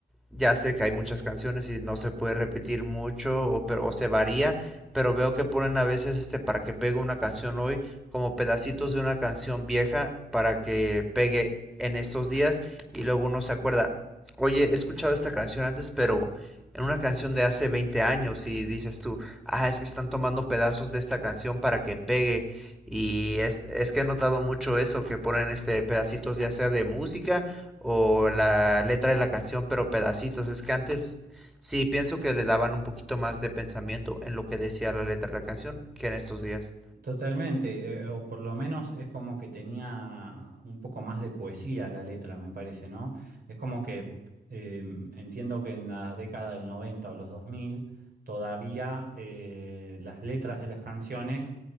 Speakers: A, in the centre; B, on the right.
A: ya sé que hay muchas canciones y no se puede repetir mucho, o, pero, o se varía, pero veo que ponen a veces este para que pegue una canción hoy, como pedacitos de una canción vieja para que pegue en estos días y luego uno se acuerda, oye, he escuchado esta canción antes, pero en una canción de hace 20 años y dices tú, ah, es que están tomando pedazos de esta canción para que pegue y es, es que he notado mucho eso, que ponen este pedacitos ya sea de música, o la letra de la canción, pero pedacitos. Es que antes sí pienso que le daban un poquito más de pensamiento en lo que decía la letra de la canción que en estos días.
B: Totalmente, eh, eh, o por lo menos es como que tenía un poco más de poesía la letra, me parece, ¿no? Es como que eh, entiendo que en la década del 90 o los 2000 todavía eh, las letras de las canciones,